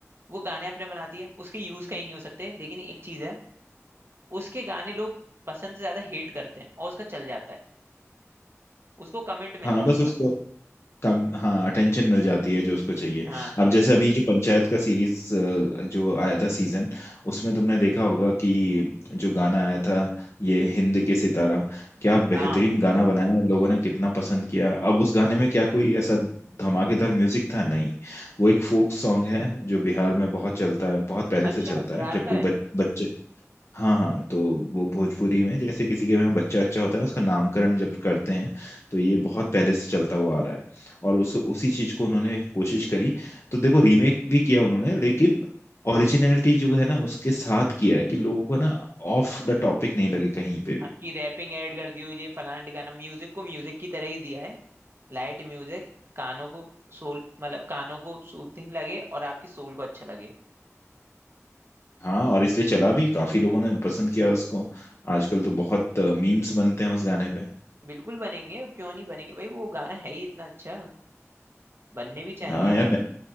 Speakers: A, on the right; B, on the left.
A: वो गाने अपने बनाती है उसके यूज कहीं नहीं हो सकते लेकिन एक चीज है उसके गाने लोग पसंद से ज्यादा हेट करते हैं और उसका चल जाता है उसको कमेंट मिल
B: हाँ
A: जाता
B: बस
A: है
B: उसको
A: बस
B: कम हाँ अटेंशन मिल जाती है जो उसको चाहिए
A: हाँ
B: अब जैसे अभी जो पंचायत का सीरीज जो आया था सीजन उसमें तुमने देखा होगा कि जो गाना आया था ये हिंद के सितारा क्या
A: हाँ
B: बेहतरीन गाना बनाया लोगों ने कितना पसंद किया अब उस गाने में क्या कोई ऐसा धमाकेदार म्यूजिक था नहीं वो एक फोक सॉन्ग है जो बिहार में बहुत चलता है बहुत पहले
A: अच्छा
B: से चलता
A: बिहार
B: है जब
A: का
B: कोई
A: है
B: बच, बच्चे हाँ हाँ तो वो भोजपुरी में जैसे किसी के यहाँ बच्चा अच्छा होता है ना उसका नामकरण जब करते हैं तो ये बहुत पहले से चलता हुआ आ रहा है और उस उसी चीज को उन्होंने कोशिश करी तो देखो रीमेक भी किया उन्होंने लेकिन ओरिजिनलिटी जो है ना उसके साथ किया है कि लोगों को ना ऑफ द टॉपिक नहीं लगे कहीं पे भी
A: हाँ, कि रैपिंग ऐड कर दियो ये फलाना ठिकाना म्यूजिक को म्यूजिक की तरह ही दिया है लाइट म्यूजिक कानों को सोल मतलब कानों को सूथिंग लगे और आपकी सोल को अच्छा लगे
B: हाँ और इसलिए चला भी काफी लोगों ने पसंद किया उसको आजकल तो बहुत मीम्स बनते हैं उस गाने पे
A: बिल्कुल बनेंगे क्यों नहीं बनेंगे भाई वो गाना है ही इतना अच्छा बनने भी चाहिए
B: हाँ यार